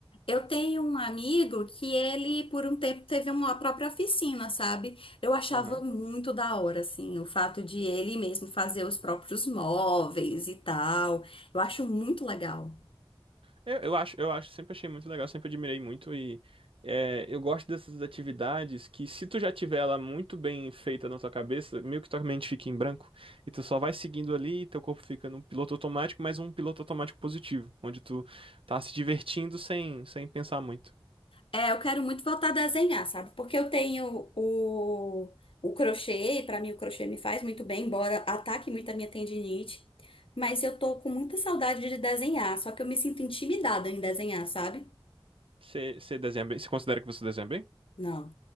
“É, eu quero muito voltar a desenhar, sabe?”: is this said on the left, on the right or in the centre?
Left